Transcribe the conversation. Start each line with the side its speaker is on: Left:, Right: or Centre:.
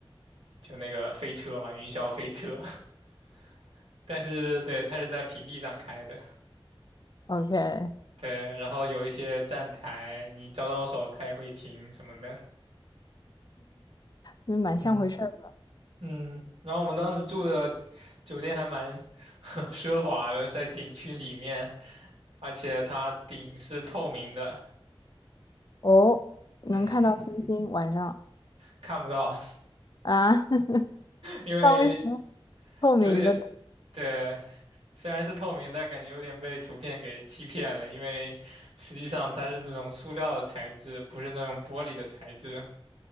Right: 就那个飞车嘛，云霄飞车。<laughs> 但是对，它是在平地上开的，
Left: OK，
Right: 对，然后有一些站台，你招招手，它也会停什么的。
Left: 那蛮像回事儿的。
Right: 嗯嗯，然后我们当时住的酒店还蛮 <laughs> 奢华的，在景区里面，而且它顶是透明的。
Left: 哦，能看到星星晚上
Right: 嗯，看不到，
Left: 啊？<laughs>
Right: 因为
Left: 那为什么透明的？
Right: 有点，对，虽然是透明，但感觉有点被图片给欺骗了，因为实际上它是那种塑料的材质，不是那种玻璃的材质，